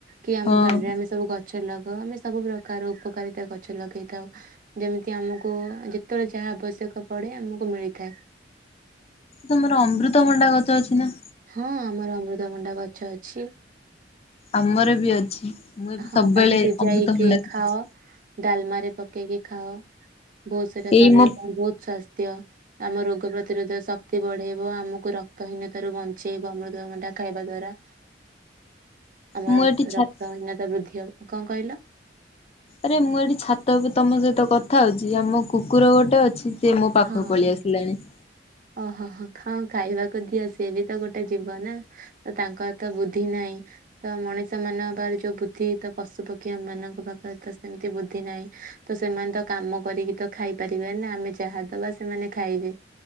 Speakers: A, on the right; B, on the left.
A: କି ଆମ
B: ହଁ।
A: ବଡ଼ିରେ ଆମେ ସବୁ ଗଛ ଲଗାଉ ଆମେ ସବୁ ପ୍ରକାର ଉପକାରିତା ଗଛ ଲଗେଇଥାଉ। ଯେମିତି ଆମୁକୁ ଯେତେବେଳେ ଯାହା ଆବଶ୍ୟକ ପଡ଼େ ଆମକୁ ମିଳିଥାଏ।
B: ତମର ଅମୃତଭଣ୍ଡା ଗଛ ଅଛି ନା?
A: ହଁ ଆମର ଅମୃତମଣ୍ଡା ଗଛ ଅଛି।
B: ଆମର ବି ଅଛି। ଏବେ
A: ହଁ
B: ସବୁବେଳେ
A: ତାକୁ ସିଜାଇକି
B: ଅମୃତଭଣ୍ଡା ଖାଉଛି।
A: ଖାଅ। ଡାଲମାରେ ପକେଇକି ଖାଅ ବହୁତ ସେଇଟା
B: ଏଇ
A: ଶରୀର
B: ମୋ
A: ପାଇଁ ବହୁତ ସ୍ୱାସ୍ଥ୍ୟ। ଆମ ରୋଗ ପ୍ରତିରୋଧ ଶକ୍ତି ବଢ଼େଇବ ଆମକୁ ରକ୍ତହୀନତାରୁ ବଞ୍ଚେଇବ ଅମୃଦଭଣ୍ଡା ଖାଇବା ଦ୍ଵାରା। ଆମର
B: ମୁଁ ଏଠି ଛାତରେ
A: ରକ୍ତହୀନତା ବୃଦ୍ଧି ହବ କଣ କହିଲ?
B: ଆରେ ମୁଁ ଏଠି ଛାତ ଉପ ତମ ସହିତ କଥା ହଉଛି ଆମ କୁକୁର ଗୋଟେ ଅଛି ସିଏ ମୋ ପାଖକୁ
A: ହଁ
B: ପଲେଇଆସ ଲାଣି।
A: ଓହୋ ହୋ ଖାଁ ଖାଇବାକୁ ଦିଅ ସିଏ ବି ତ ଗୋଟେ ଯୀବ ନା। ତାଙ୍କର ତ ବୁଦ୍ଧି ନାହିଁ। ତ ମଣିଷ ମାନଙ୍କ ପଖରେ ଯୋଉ ବୁଦ୍ଧି ତ ପଶୁପକ୍ଷୀ ମାନଙ୍କ ପାଖରେ ତ ସେମିତି ବୁଦ୍ଧି ନାହିଁ। ତ ସେମାନେ ତ କାମ କରିକି ତ ଖାଇପାରିବେ ନା ଆମେ ଯାହାଦବା ସେମାନେ ଖାଇବେ।